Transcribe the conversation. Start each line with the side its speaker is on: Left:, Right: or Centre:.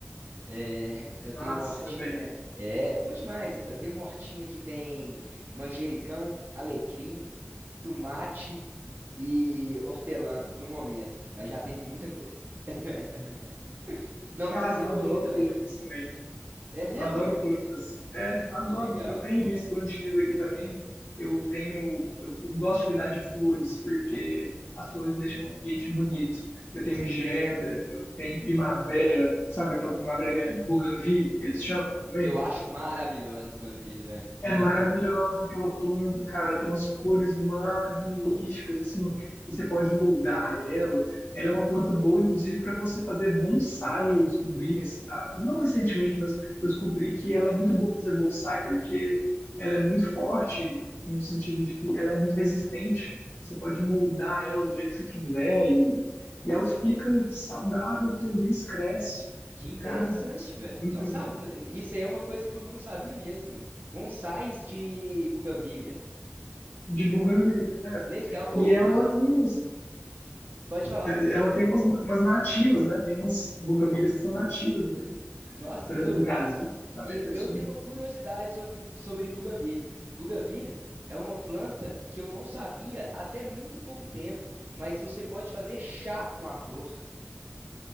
Right: É, eu tenho
Left: Nossa,
Right: uma hortinha.
Left: velho.
Right: É, bom demais, velho. Eu tenho uma hortinha que tem manjericão, alecrim, tomate e hortelã no momento, mas já teve muita coisa. <laughs> Não,
Left: Cara,
Right: tem cebolinha
Left: eu adoro
Right: também.
Left: plantas também.
Right: É mesmo?
Left: Eu Adoro plantas. É, adoro.
Right: Legal,
Left: Eu tenho minhas plantinhas aqui também. Eu tenho. Eu, eu gosto de cuidar de flores, porque as flores deixam o ambiente bonito. Eu tenho
Right: com certeza.
Left: gerbera, eu tenho primavera, sabe aquela primavera que é buganvília, que eles chamam também?
Right: Eu acho maravilhosa Buganvília, velho.
Left: É
Right: Aham.
Left: maravilhosa aquela planta, cara. Tem umas cores magníficas, assim, e você pode moldar ela. Ela é uma planta boa, inclusive, para você fazer bonsai. Eu descobri, rec- ah, não recentemente, mas eu descobri que ela é muito boa pra fazer bonsai, porque ela é muito forte, no sentido de que ela é muito resistente. Você pode moldar ela do jeito que você quiser, e, e ela fica saudável, feliz, cresce.
Right: Que interessante,
Left: Cara,
Right: velho.
Left: muito
Right: Não
Left: legal.
Right: sabe, n- isso aí é uma coisa que eu não sabia mesmo. Bonsais de Buganvília.
Left: De buganvília, é.
Right: Legal. Ô,
Left: E
Right: bu-
Left: ela tem uns
Right: pode falar?
Left: ela tem umas, umas nativas, né? Tem umas buganvilhas que são nativas mesmo,
Right: Nossa, ô,
Left: do Brasil, da
Right: e
Left: América
Right: eu
Left: do Sul.
Right: tenho uma curiosidade sobre, sobre Buganvília. Buganvília é uma planta que eu não sabia até muito pouco tempo, mas você pode fazer chá com a flor.